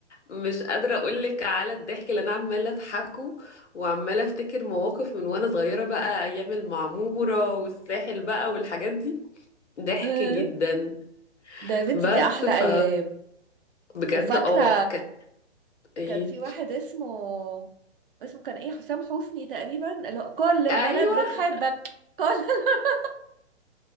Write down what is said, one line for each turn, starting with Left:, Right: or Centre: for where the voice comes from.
Left: مش قادره اقول لك على الضحك اللي انا عماله اضحكه وعماله افتكر مواقف من وانا صغيره بقى ايام المعموره والساحل بقى والحاجات دي ضحك
Right: آه.
Left: جدا
Right: ده يا بنتي
Left: بس
Right: دي أحلى
Left: ف
Right: أيام
Left: بجد
Right: وفاكرة
Left: اه كانت ايه
Right: كان في واحد اسمه اسمه كان ايه حسام حسني تقريبا لا كل البنات
Left: ايوه
Right: بتحبك كل <laughs>